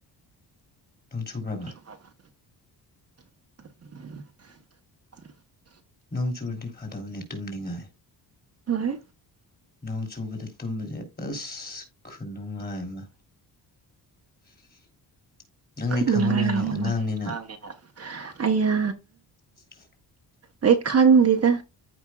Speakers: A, on the left; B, on the right.
A: ꯅꯣꯡ ꯆꯨꯕ꯭ꯔꯕ
B: <inaudible>
A: ꯅꯣꯡ ꯆꯨꯔꯗꯤ ꯐꯗꯕꯅꯦ ꯇꯨꯝꯅꯤꯡꯉꯥꯏ
B: ꯍꯣꯏ
A: ꯅꯣꯡ ꯆꯨꯕꯗ ꯇꯨꯝꯕꯁꯦ ꯑꯁ ꯈꯨꯅꯨꯡꯉꯥꯏ ꯑꯃ <inaudible> ꯅꯪꯗꯤ
B: ꯈꯠꯅꯨꯡꯉ
A: ꯈꯪꯉꯝꯃꯣꯏꯅꯦ
B: <unintelligible>
A: ꯑꯉꯥꯡꯅꯤꯅ
B: ꯑꯌꯥ
A: <inaudible>
B: ꯑꯩ ꯈꯪꯗꯦꯗ